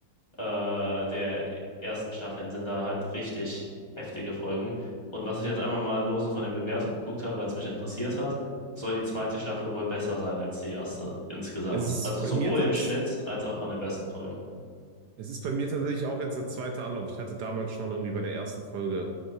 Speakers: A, on the left; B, on the right.
A: äh, der ersten Staffeln sind da halt richtig heftige Folgen. Und was ich jetzt einmal mal nur so von den Bewertungen geguckt habe, weil es mich interessiert hat, soll die zweite Staffel wohl besser sein als die erste insgesamt.
B: Es ist
A: Also
B: bei
A: sowohl
B: mir tats
A: im Schnitt als auch von den besten Folgen.
B: es ist bei mir tatsächlich auch jetzt der zweite Anlauf. Ich hatte damals schon irgendwie bei der ersten Folge